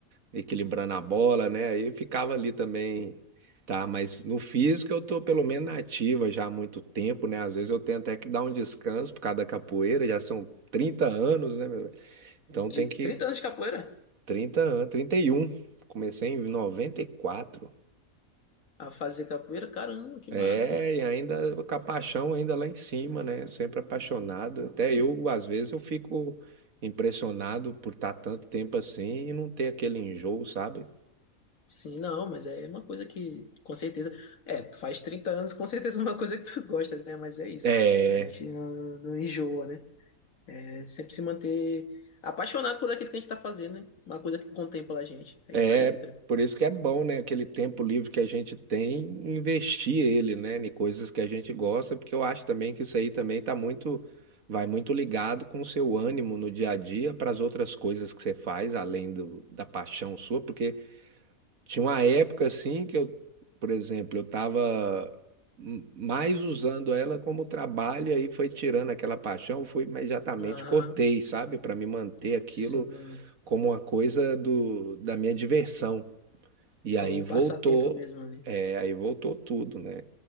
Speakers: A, on the right; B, on the left.
A: equilibrando a bola, né? Aí eu ficava ali também, tá? Mas no físico eu tô pelo menos na ativa já há muito tempo, né? Às vezes eu tenho até que dar um descanso por causa da capoeira, já são trinta anos, né, meu velho? Então
B: De
A: tem que
B: 30 anos de capoeira
A: trinta anos, 31. Comecei em 94.
B: a fazer capoeira, caramba, que
A: É,
B: massa.
A: e ainda com a paixão ainda lá em cima, né? Sempre apaixonado. Até eu, às vezes, eu fico impressionado por estar tanto tempo assim e não ter aquele enjoo, sabe?
B: Sim, não, mas é uma coisa que, com certeza. É, tu faz 30 anos, com certeza é uma coisa que tu gosta, né? Mas é isso.
A: É.
B: A gente não, não enjoa, né? É sempre se manter apaixonado por aquilo que a gente tá fazendo, né? Uma coisa que contempla a gente. É
A: É
B: isso aí, cara.
A: por isso que é bom, né? Aquele tempo livre que a gente tem, investir ele, né? Em coisas que a gente gosta, porque eu acho também que isso aí também tá muito, vai muito ligado com o seu ânimo no dia a dia para as outras coisas que você faz, além do, da paixão sua, porque tinha uma época assim que eu, por exemplo, eu tava hum, mais usando ela como trabalho, e aí foi tirando aquela paixão, eu fui imediatamente
B: Aham,
A: cortei, sabe? Para me manter aquilo
B: sim.
A: como uma coisa do, da minha diversão. E aí
B: Como um
A: voltou,
B: passatempo mesmo ali.
A: é, aí voltou tudo, né?